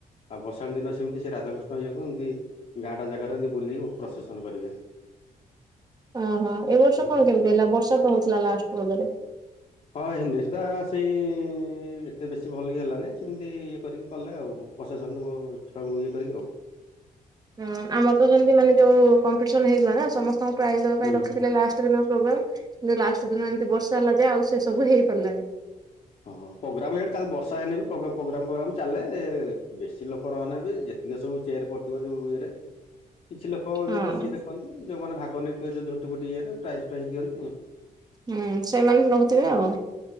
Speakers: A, on the left (about 50°); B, on the right (about 25°).
A: ଆଉ ଭସାଣି ଦିନ ସେମିତି ସେ ରାଧାକୃଷ୍ଣ ଇଏକୁ ଏମିତି ଗାଁଟା ଜାଗାରେ ଏମିତି ବୁଲେଇକି ପ୍ରଶେସନ କରିବେ
B: ଓହୋ ଏ ବର୍ଷ
A: ହୁଁ
B: କଣ
A: ହୁଁ।
B: କେମିତି ହେଲା ବର୍ଷା ତ ହଉଥିଲା ଲାଷ୍ଟ ର
A: ହଁ ହେଡି ସୁଧା ସେଇ ଏତେ ବେଶୀ ଭଲ ହେଲାନି ସେମିତି ଇଏ କରିକି କଲେ ଆଉ ପ୍ରଶାସନ ଛୁଆଙ୍କୁ ଇଏ କରିକି ଆଉ
B: ହୁଁ ଆମର ତ ସେମିତି ମାନେ ଯୋଉ କମ୍ପିଟିସନ ହେଇଥିଲା ନା ସମସ୍ତଙ୍କୁ ପ୍ରାଇଜ୍ ଦେବା
A: ହୁଁ
B: ପାଇଁ ରଖିଥିଲେ
A: ହୁଁ।
B: ଲାଷ୍ଟ ଦିନ ପ୍ରୋଗ୍ରାମ୍ କିନ୍ତୁ ଲାଷ୍ଟ ଦିନ ଏମିତି ବର୍ଷା ହେଲା ଯେ ଆଉ ସେ ସବୁ ହେଇ ପାରିଲାନି
A: ହଁ ପ୍ରୋଗ୍ରାମଇ ଚା ବର୍ଷା ହେଇନି ବି ପ୍ରୋଗ୍ରାମ ଫୋଗ୍ରାମ ଚାଲେ ବେଶୀ ଲୋକ ନହେନେ ବି ଯେ ଇଏ ସବୁ ଚେୟାର ପଡିିବ ଯୋଉ ଇଏରେ କିଛି ଲୋକ ଏମିତି
B: ହଁ
A: ବସିକି ଦେଖନ୍ତି ଯୋଉମାନେ ଭାଗ ନେଇଥିବ ଯୋଉ ଝୋଟି ଫୁଟି ଇଏରେ ପ୍ରାଇଜ୍ ଫାଇଜ୍ ଦିଅନ୍ତି
B: ହୁଁ ସେମାନେ ବି ରହୁଥିବେ ଆଉ